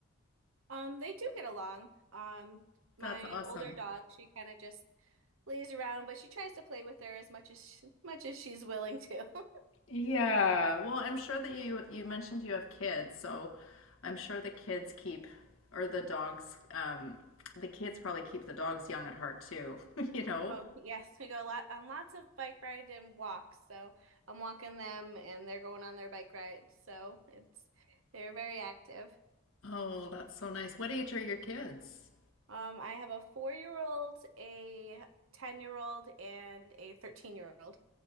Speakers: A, on the right (about 65°); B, on the left (about 70°).
A: Um, they do get along. Um, my
B: That's awesome.
A: older dog, she kind of just lays around, but she tries to play with her as much as she, much as she's willing to. <laughs>
B: Yeah. Well, I'm sure that you you mentioned you have kids, so I'm sure the kids keep or the dogs um the kids probably keep the dogs young at heart too, <laughs> you know?
A: Oh, yes, we go a lot on lots of bike rides and walks. So I'm walking them and they're going on their bike rides. So it's they're very active.
B: Oh, that's so nice. What age are your kids?
A: Um, I have a four-year-old, a 10-year-old, and a 13-year-old.